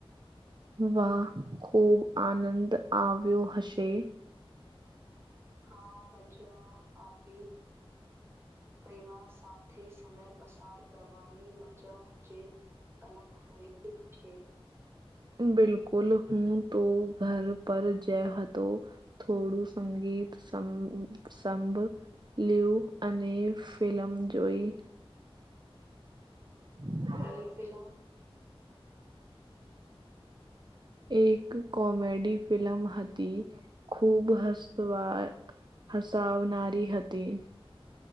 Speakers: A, on the right; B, on the right.
A: વાહ ખુબ આનંદ આવ્યો હશે.
B: હા મજા આવી પરિવાર સાથે સમય પસાર કરવાની મજા જે અલગ હોય છે.
A: બિલકુલ હું તો ઘર પર જ હતો. થોડું સંગીત સં સંભ લિઉ અને ફિલમ જોઈ <inaudible>
B: એ ફિલહાલ
A: એક કોમેડી ફિલમ હતી ખૂબ હસ વા હસાવનારી હતી.